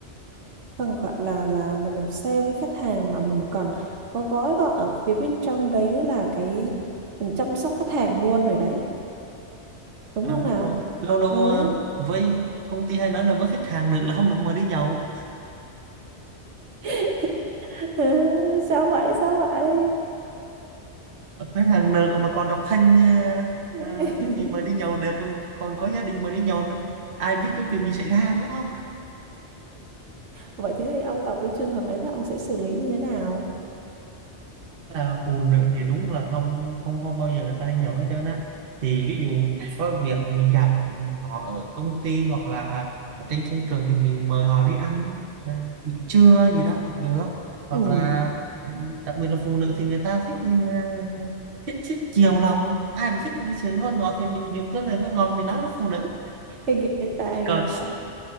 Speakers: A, on the right (about 85°); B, on the right (about 55°).
A: phần gọi là là mình làm sale với khách hàng mà mình còn có gói gọn ở phía bên trong đấy nữa là cái mình chăm sóc khách hàng luôn rồi đấy
B: <laughs>
A: đúng
B: à
A: không
B: đúng
A: nào
B: rồi lâu lâu
A: ừ
B: à, với công ty hay nói là với khách hàng nữ là không được mời đi nhậu
A: <laughs> Ừ, sao vậy sao vậy
B: khách hàng nữ mà còn độc thân à,
A: <laughs>
B: à, thì thì mời đi nhậu được còn còn có gia đình mời đi nhậu nữa. ai biết có chuyện gì xảy ra đúng không
A: vậy thế thì ông gặp cái trường hợp đấy thì ông sẽ xử lý như thế nào
B: là phụ nữ thì đúng là không không không bao giờ người ta đi nhậu hết trơn á thì ví dụ có việc mà mình gặp họ ở công ty hoặc là ở trên công trường thì mình mời họ đi ăn ờ, nghỉ trưa gì đó cũng được hoặc
A: ừ
B: là ờ, đặc biệt là phụ nữ thì người ta thích ờ, thích thích chiều lòng ai cũng thích cái sự ngon ngọt thì mình dùng cái lời ngon ngọt mình nói với phụ nữ
A: <laughs> ghê ta
B: còn
A: ghê ta